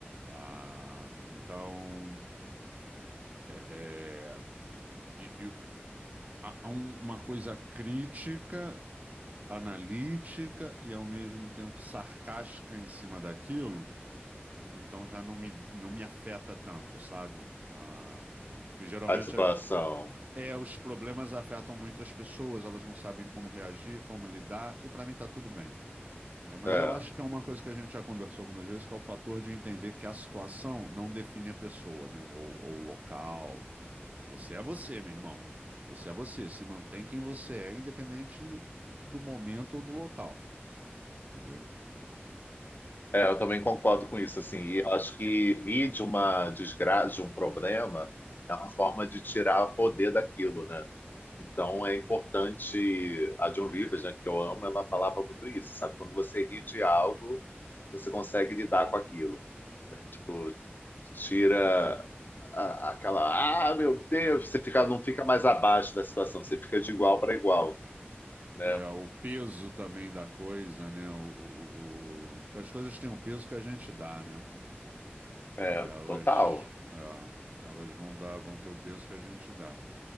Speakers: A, on the right; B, on the left.
A: Ah, então, é, é, e- e há há um- uma coisa crítica, analítica e ao mesmo tempo sarcástica em cima daquilo Então já não me, não me afeta tanto, sabe? Ah, porque geralmente
B: a situação.
A: é, é, os problemas afetam muito as pessoas, elas não sabem como reagir, como lidar, e para mim tá tudo bem, entendeu? Mas
B: É,
A: eu acho que é uma coisa que a gente já conversou algumas vezes, que é o fator de entender que a situação não define a pessoa, né? Ou, ou o local. Você é você, meu irmão. Você é você. Se mantém quem você é, independente do momento ou do local, entendeu?
B: é, eu também concordo com isso, assim. E eu acho que rir de uma desgraça, de um problema, é uma forma de tirar poder daquilo, né? Então é importante a John Rivers, né, que eu amo, ela falava muito isso, sabe? Quando você ri de algo, você consegue lidar com aquilo, né? Tipo, tira a- aquela, ah, meu Deus, você fica, não fica mais abaixo da situação, você fica de igual para igual, né?
A: É, o peso também da coisa, né? O, o- o- Porque as coisas têm um peso que a gente dá, né?
B: É,
A: Elas,
B: total.
A: é, elas vão dar, vão ter o peso que a gente dá.